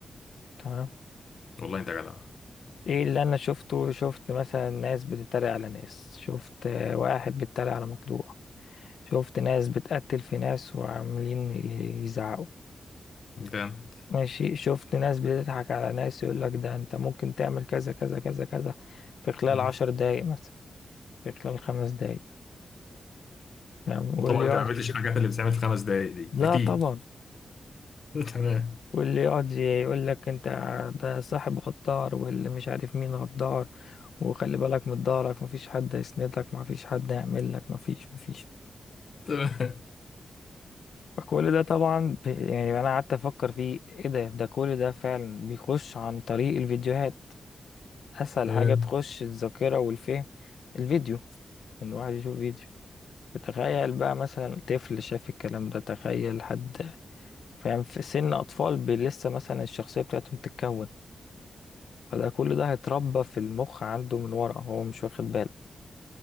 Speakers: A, on the left; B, on the left.
A: تمام
B: والله انت جدع
A: ايه اللي انا شفته شفت مثلا ناس بتتريق على ناس شفت آه، واحد بيتريق على مخدوع شفت ناس بتقتل في ناس وعاملين يزعقوا
B: جامد
A: ماشي شفت ناس بتضحك على ناس يقول لك ده انت ممكن تعمل كذا كذا كذا كذا في خلال
B: امم
A: عشر دقايق مثلا في خلال خمس دقايق فاهم واللي
B: طبعا
A: يقعد
B: انت ما عملتش الحاجات اللي بتتعمل في خمس دقايق دي
A: لا
B: اكيد
A: طبعا
B: <laughs> تمام
A: واللي يقعد يقول لك انت ده صاحب غدار واللي مش عارف مين غدار وخلي بالك من ضهرك مفيش حد يسندك مفيش حد يعمل لك مفيش مفيش
B: تمام
A: فكل ده طبعا ب- يعني انا قعدت افكر فيه ايه ده ده كل ده فعلا بيخش عن طريق الفيديوهات اسهل
B: تمام
A: حاجة تخش الذاكرة والفهم الفيديو ان الواحد يشوف فيديو تخيل بقى مثلا طفل شاف الكلام ده تخيل حد فاهم في سن اطفال ب- لسه مثلا الشخصية بتاعتهم تتكون فده كل ده هيتربى في المخ عنده من ورا هو مش واخد باله